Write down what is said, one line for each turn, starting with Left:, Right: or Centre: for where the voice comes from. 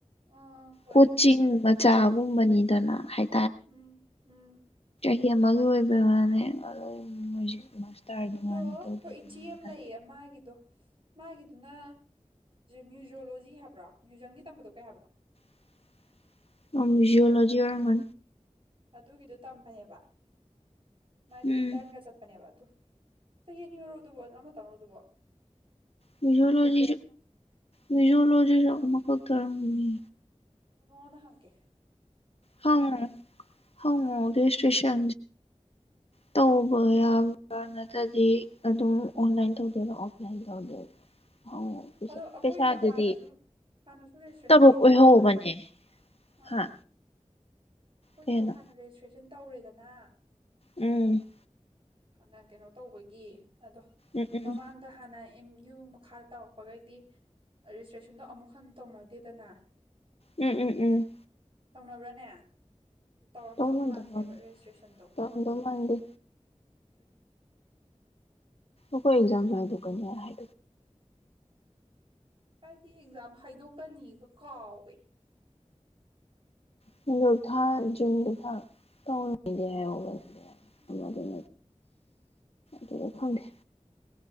Right: ꯑꯥ ꯍꯣꯏ
Left: ꯀꯣꯆꯤꯡ ꯃꯆꯥꯒꯨꯝꯕꯅꯤꯗꯅ ꯍꯥꯏ
Right: ꯎꯝ ꯎꯝ
Left: ꯒꯤ ꯑꯃꯥꯒꯤ ꯑꯣꯏꯕꯩ ꯋꯥꯅꯦ ꯑꯗꯣ ꯃꯣꯏꯁꯦ ꯃꯥꯁꯇꯔꯗꯨ
Right: ꯎꯝ ꯑꯗꯣ
Left: ꯃꯥꯅ
Right: ꯑꯩꯈꯣꯏ
Left: ꯇꯧꯕꯤꯗ
Right: ꯏꯆꯦ ꯑꯃ ꯂꯩꯌꯦ ꯃꯥꯒꯤꯗꯣ ꯃꯥꯒꯤꯗꯨꯅ ꯃ꯭ꯌꯨꯖꯌꯣꯂꯣꯖꯤ ꯍꯥꯏꯕ꯭ꯔꯣ ꯃ꯭ꯌꯨꯖꯌꯝꯒꯤ ꯇꯝꯕꯗꯣ ꯀꯩ ꯍꯥꯏꯕꯅꯣ
Left: <unintelligible> ꯖꯑꯣꯣꯂꯣꯖꯤ ꯑꯣꯏꯔ
Right: ꯑꯗꯨꯒꯤꯗꯨꯣ ꯇꯝꯕꯅꯦꯕ ꯃꯥꯏꯗꯨ
Left: ꯎꯝ
Right: ꯏꯟꯇꯔꯟꯒ ꯆꯠꯄꯅꯦꯕ ꯆ ꯌꯦꯟꯅꯤꯔꯣ ꯑꯗꯨꯕꯣ ꯑꯃ ꯇꯪꯉꯣ ꯑꯗꯨꯕꯣ
Left: ꯃꯤꯖꯣꯂꯣꯖꯤ ꯃꯤꯖꯣꯂꯣꯖꯤꯁꯨ ꯑꯃꯈꯛ ꯇꯔꯝꯅꯤ
Right: ꯃꯣꯗ ꯍꯪꯀꯦ
Left: ꯍ ꯍꯁꯇꯦꯁ ꯇꯕ
Right: ꯎꯝ ꯍꯣꯏ
Left: ꯌꯥꯕ ꯅ ꯗꯤ ꯑꯗꯨꯝ ꯑꯣꯟꯂꯥꯏꯟ ꯇꯧꯗꯣꯏꯔꯣ ꯑꯣꯐꯂꯥꯏꯟ ꯇꯧꯗꯣꯏꯔꯣ ꯑꯣ
Right: ꯑꯗꯣ ꯑꯩꯈꯣꯏꯒꯤꯗꯣ
Left: ꯄꯩꯁꯥꯗꯨꯗꯤ
Right: ꯍꯥꯟꯅꯁꯨ ꯍꯥꯟꯅꯁꯨ ꯔꯦꯖꯤꯁꯇ꯭ꯔꯦꯁꯟ
Left: ꯇꯔꯨꯛ
Right: ꯇꯧꯔꯦꯗꯅ
Left: ꯑꯣꯏꯍꯧꯕꯅꯦ
Right: ꯑꯥ
Left: ꯍꯥ
Right: ꯑꯩꯈꯣꯏꯒꯤꯗꯣ
Left: ꯀꯩꯅꯣ
Right: ꯍꯥꯟꯅ ꯔꯦꯖꯤꯁꯇ꯭ꯔꯦꯁꯟ ꯇꯧꯔꯦꯗꯅ
Left: ꯎꯝ
Right: ꯍꯥꯟꯅ ꯀꯩꯅꯣ ꯇꯧꯕꯒꯤ ꯑꯗꯣ
Left: ꯎꯝ ꯎꯝ
Right: ꯃꯃꯥꯡꯗ ꯍꯥꯟꯅ ꯑꯦꯝ ꯌꯨ ꯃꯈꯥ ꯇꯧꯔꯛꯄꯈꯩꯗꯤ ꯔꯦꯖꯤꯁꯇ꯭ꯔꯦꯁꯟꯗꯣ ꯑꯃꯨꯛ ꯍꯟꯅ ꯇꯧꯅꯗꯦꯗꯅ
Left: ꯎꯝ ꯎꯝ ꯎꯝ
Right: ꯇꯧꯅꯕ꯭ꯔꯥꯅꯦ ꯇꯧꯔꯝꯗꯧꯗꯤ
Left: ꯇꯧꯅꯗꯕ
Right: ꯃꯥꯟꯗ꯭ꯔꯦꯕ ꯔꯦꯖꯤꯁꯇ꯭ꯔꯦꯁꯟꯗꯣ
Left: ꯇꯧꯔꯝꯗꯧ ꯃꯥꯟꯗꯦ
Right: ꯑꯗꯨꯅꯤ
Left: ꯣꯏ ꯑꯦꯖꯥꯗꯨ ꯀꯅꯤ ꯍꯥꯏ
Right: ꯑꯩꯗꯤ ꯑꯦꯛꯖꯥꯝ ꯍꯥꯏꯗꯣꯛꯀꯅꯤꯒ ꯀꯥꯎꯋꯦ
Left: ꯊꯥ ꯨꯝ ꯀ ꯊ ꯇ ꯗꯤ
Right: ꯎꯝ ꯐꯔꯦꯅꯦ
Left: ꯑꯗꯨ ꯈꯪꯗꯦ